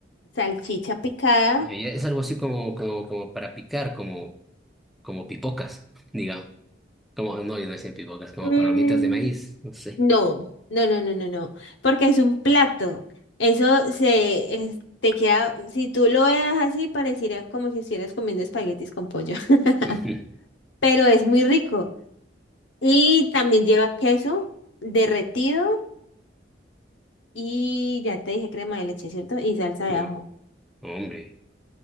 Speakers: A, on the left; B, in the centre.
A: salchicha picada.
B: Ella es algo así como, como, como para picar, como, como pipocas, digamos. Como, no, yo no sé pipocas, como
A: Mm,
B: palomitas de maíz, no sé.
A: No, no, no, no, no, no, porque es un plato. Eso se es- te queda, si tú lo veas así, pareciera como si estuvieras comiendo espaguetis con pollo. <laughs>
B: Ujú.
A: Pero es muy rico. Y también lleva queso derretido y ya te dije crema de leche, ¿cierto? Y salsa de
B: No,
A: ajo.
B: Hombre,